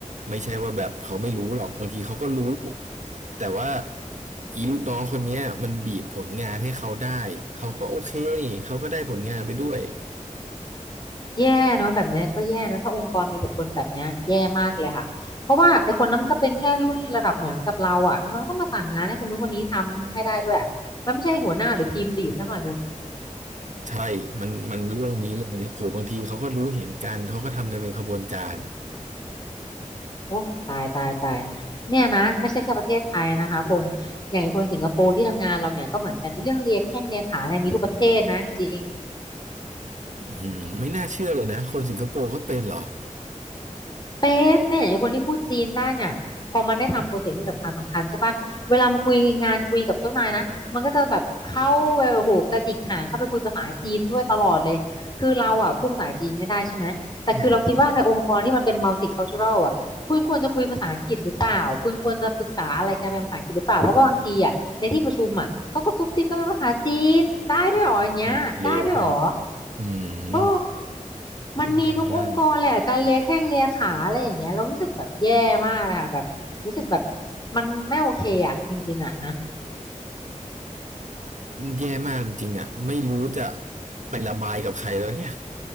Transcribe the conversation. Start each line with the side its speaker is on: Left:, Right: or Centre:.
Right: ไม่ใช่ว่าแบบเขาไม่รู้หรอกบางทีเขาก็รู้แต่ว่าอีลูกน้องคนเนี้ยมันบีบผลงานให้เขาได้เขาก็โอเคนี่เขาก็ได้ผลงานไปด้วย
Left: แย่เนาะแบบเนี้ยก็แย่เนอะถ้าองค์กรมีแต่คนแบบเนี้ยแย่มากเลยค่ะเพราะว่าไอ้คนนั้นมันก็เป็นแค่รุ่นระดับเหมือนกับเราอ่ะทำไมมันต้องมาสั่งงานให้คนนู้นคนนี้ทำให้ได้ด้วยอ่ะมันไม่ใช่หัวหน้าหรือทีมลีดซะหน่อยนึง
Right: ใช่มันมันเรื่องนี้เลยโหบางทีเขาก็รู้เห็นกันเขาก็ทำกันเป็นขบวนการ
Left: โอ้ตายตายตายเนี่ยนะไม่ใช่แค่ประเทศไทยนะคะพงษ์อย่างไอ้คนสิงคโปร์ที่ทำงานเราเนี่ยก็เหมือนกันไอ้เรื่องเลียแข้งเลียขาเนี่ยมีทุกประเทศนะจริง
Right: อือหือไม่น่าเชื่อเลยนะคนสิงคโปร์ก็เป็นเหรอ
Left: เป็นเนี่ยไอ้คนที่พูดจีนได้เนี่ยพอมันได้ทำโปรเจกต์ที่สำคัญสำคัญใช่ปะเวลามาคุยงานคุยกับเจ้านายนะมันก็จะแบบเข้าไปโอ้โหกระดิกหางเข้าไปคุยภาษาจีนด้วยตลอดเลยคือเราอ่ะพูดภาษาจีนไม่ได้ใช่ไหมแต่คือเราคิดว่าในองค์กรที่มันเป็น
Right: อืม
Left: multicultural อ่ะคุณควรจะคุยภาษาอังกฤษหรือเปล่าคุณควรจะปรึกษาอะไรกันเป็นภาษาอังกฤษหรือเปล่าเพราะว่าบางทีอ่ะในที่ประชุมอ่ะเขาก็ซุบซิบกันเป็นภาษาจีนได้ด้วยเหรออย่างเงี้ยได้ด้วยเหรอ
Right: โอ้เลวมากอื
Left: โอ้
Right: ม
Left: มันมีทุกองค์กรเลยอะการเลียแข้งเลียขาอะไรอย่างเงี้ยเรารู้สึกแบบแย่มากเลยค่ะแบบรู้สึกแบบ
Right: แย่มาก
Left: มันไม่โอเคอ่ะจริงๆอ่ะนะ
Right: แย่มากจริงๆอ่ะไม่รู้จะไประบายกับใครแล้วเนี่ย